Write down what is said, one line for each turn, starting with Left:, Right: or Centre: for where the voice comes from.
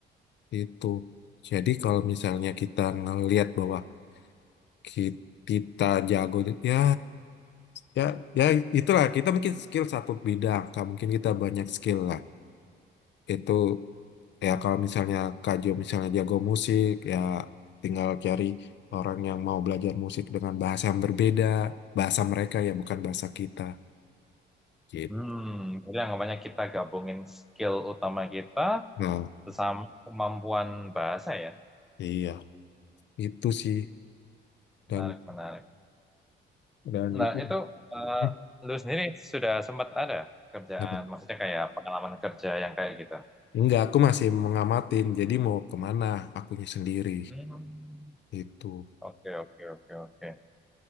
Left: Itu. Jadi kalau misalnya kita ngelihat bahwa ki- kita jago ya ya ya itulah kita mungkin skill satu bidang, Kak. Mungkin kita banyak skill lah. Itu ya kalau misalnya Kak Jo misalnya jago musik ya tinggal cari orang yang mau belajar musik dengan bahasa yang berbeda, bahasa mereka ya bukan bahasa kita. Gitu.
Centre: Hmm, berarti anggapannya kita gabungin skill utama kita
Left: Nah,
Centre: bersama kemampuan bahasa ya.
Left: iya, itu sih
Centre: Menarik,
Left: dan
Centre: menarik.
Left: dan
Centre: Nah,
Left: itu
Centre: itu eh,
Left: hmm,
Centre: lu sendiri sudah sempat ada kerjaan,
Left: apa?
Centre: maksudnya kayak pengalaman kerja yang kayak gitu.
Left: Enggak, aku masih mengamatin. Jadi mau kemana akunya sendiri.
Centre: Hmm.
Left: Itu.
Centre: Oke, oke, oke, oke.